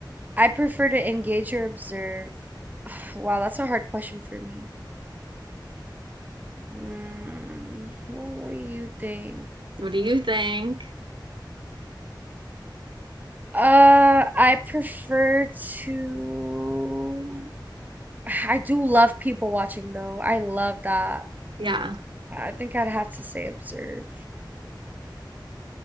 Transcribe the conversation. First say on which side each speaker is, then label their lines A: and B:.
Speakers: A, on the right; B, on the right.
A: I prefer to engage or observe. <sighs> Wow, that's a hard question for me. Mm, well, what do you think?
B: What do you think?
A: Uh, I prefer to. <sighs> I do love people watching though. I love that.
B: Yeah.
A: I think I'd have to say observe.